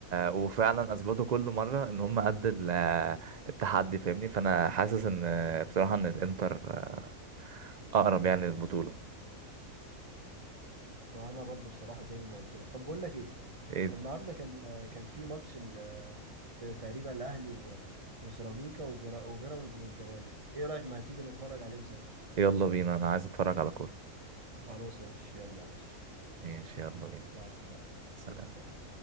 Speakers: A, on the right (about 45°); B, on the right (about 25°).
A: وفعلا اثبتوا كل مره ان هم قد ال- آه، التحدي فاهمني فانا حاسس ان آه، بصراحه ان الانتر آه، اقرب يعني للبطوله
B: وانا برضو بصراحه زي ما قلت لك طب بقول لك ايه
A: إيه-
B: النهارده كان كان في ماتش ال- آه، تقريبا الاهلي و- وسيراميكا وبيرا- وبيراميدز والزمالك ايه رايك ما تيجي نتفرج عليهم سوا
A: يلا بينا انا عايز اتفرج على كوره
B: خلاص ماشي يلا يا باشا
A: ماشي يلا بينا
B: مع السلامه
A: سلام
B: سلام